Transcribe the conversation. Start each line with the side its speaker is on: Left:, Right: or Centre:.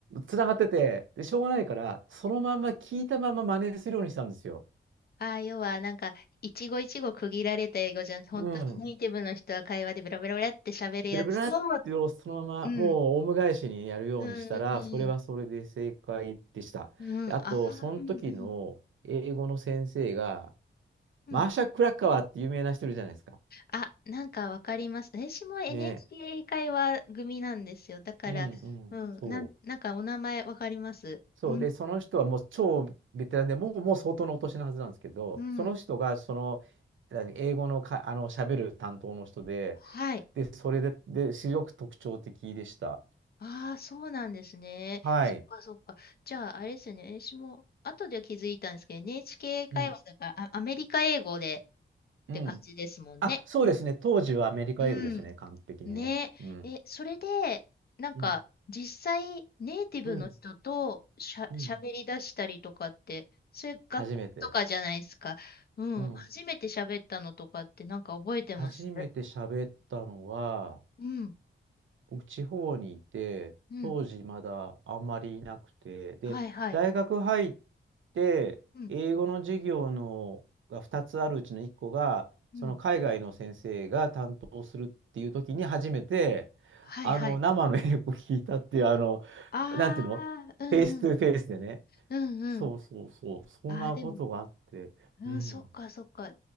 Right: つながってて、で、しょうがないから、そのまんま聞いたまま真似するようにしたんですよ。
Left: ああ、要はなんか、一語一語区切られた英語じゃなくて、本当にネイティブの人は会話でベラベラベラって喋るやつを、
Right: うん。ブラブラってそのままもうオウム返しにやるようにしたら、
Left: うん。うんうんうん。
Right: それはそれで正解でした。
Left: うん。
Right: で、
Left: ああ、
Right: あと、その時の英語の先生が、
Left: うんうん。うん
Right: マーシャ・クラッカワーって有名な人いるじゃないですか。
Left: あ、なんかわかります。私も NHK
Right: ね。
Left: 英会話組なんですよ。だから、
Right: うんうん。
Left: うん、
Right: そ
Left: なん、なんかお名前わかります。
Right: う。そう。
Left: うん、
Right: で、その人はもう超ベテランで、もう、もう相当のお年のはずなんですけど、
Left: うん。
Right: その人がその、何英語のか、あの、喋る担当の人で、
Left: はい。
Right: で、それで、で、すごく特徴的でした。
Left: ああ、そうなんですね。
Right: はい。
Left: そっかそっか。じゃあ、あれですよね。私も後で気づいたんですけど、NHK 英会話だから、
Right: うん。
Left: あ、アメリカ英語で
Right: うん。
Left: って感じですもんね。
Right: あ、そうですね。当時はアメリカ英語ですね。
Left: うん。
Right: 完璧にね。
Left: ねえ、
Right: うん。
Left: それで、なんか、
Right: うん。
Left: 実際、ネイティブの人としゃ、
Right: うん。うん
Left: 喋り出したりとかって、それ学校とかじゃないですか。
Right: 初めて。
Left: うん、
Right: うん。
Left: 初めて喋ったのとかって、なんか覚えてます。
Right: 初めて喋ったのは、
Left: うん、
Right: 僕、地方にいて、
Left: うん、
Right: 当時まだあんまりいなくて、で、
Left: はいはい。
Right: 大学入って、
Left: うん、
Right: 英語の授業のが2つあるうちの1個が、
Left: うん、
Right: その海外の先生が担当するっていう時に初めて、
Left: はいはい。
Right: あの、生の英語を聞いたっていう、あの、
Left: ああ、
Right: なんていうのフェイストゥフェイスでね。
Left: うんうん、うんうん。
Right: そうそうそう、そんなことがあって、
Left: ああ、でも、うん、
Right: うん。
Left: そっかそっか。